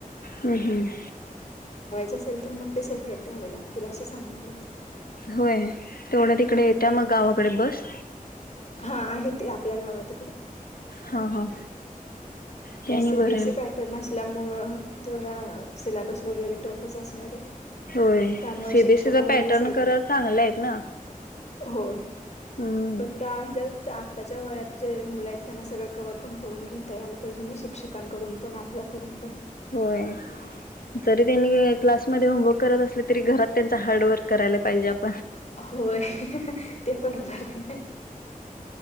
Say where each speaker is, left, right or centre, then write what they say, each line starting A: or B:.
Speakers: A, on the left; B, on the left.
A: हम्म, हम्म
B: नसेल तर मग ते सेपरेट द्यावे लागतील असं सांगितलेत
A: होय, तेवढ्या तिकडे
B: हम्म
A: येत्या, मग गावाकडे बस
B: हा आहे ते आपल्या गावात इकडे
A: हा, हा त्यानी
B: सी
A: बरं
B: बी एस
A: आहे
B: सी पॅटर्न अस त्या मुळ जरा सिल्याबस वगैरे टफच असणार आहे
A: होय,
B: त्यामुळे
A: सीबीएसीचा
B: शिक्षक वगैरे
A: पॅटर्न खरा चांगला हेत ना?
B: होय
A: हम्म
B: पण त्या ह्याज्यात त्यात त्याच्या वयाचे मुलं आहेत. त्यांना सगळं कवर पण करून घेता आल पाहिजे ना, शिक्षकांकडून पण आपल्याकडून पण
A: होय जरी त्यांनी क्लास मध्ये होमवर्क करत असले तरी घरात त्यांचा हार्डवर्क करायला पाहिजे आपण
B: होय, ते बरोबर आहे